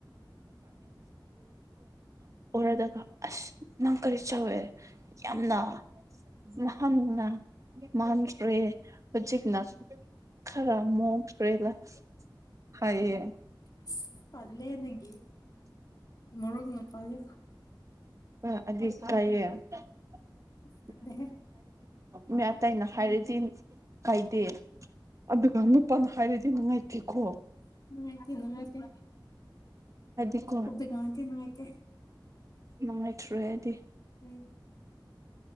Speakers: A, on the right; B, on the left.
A: <unintelligible>
B: ꯎꯝ
A: <unintelligible> ꯅꯪ ꯀꯔꯤ ꯆꯥꯎꯋꯦ ꯌꯥꯝꯅ ꯅꯍꯥꯟꯅ ꯃꯥꯟꯈ꯭ꯔꯦ ꯍꯧꯖꯤꯛꯅ ꯈꯔ ꯃꯨ <unintelligible>
B: ꯑꯁ ꯇꯜꯂꯦ ꯅꯪꯒꯤ ꯃꯣꯔꯣꯛ ꯃꯦꯠꯄꯖꯦ
A: <unintelligible>
B: ꯄꯜꯂꯦꯍꯦ
A: ꯃꯤ ꯑꯇꯩꯅ ꯍꯥꯏꯔꯗꯤ ꯀꯥꯢꯗꯦ ꯑꯗꯨꯒ ꯅꯨꯄꯥꯅ ꯍꯥꯢꯔꯗꯤ ꯅꯨꯡꯉꯥꯢꯇꯦꯀꯣ
B: ꯅꯨꯡꯉꯥꯏꯇꯦ ꯅꯨꯡꯉꯥꯏꯇꯦ
A: ꯍꯥꯏꯗꯤꯀꯣ
B: ꯑꯝꯇ ꯅꯨꯡꯉꯥꯏꯇꯦ ꯅꯨꯡꯉꯥꯏꯇꯦ
A: ꯅꯨꯡꯉꯥꯏꯇ꯭ꯔꯦꯗꯤ
B: ꯎꯝ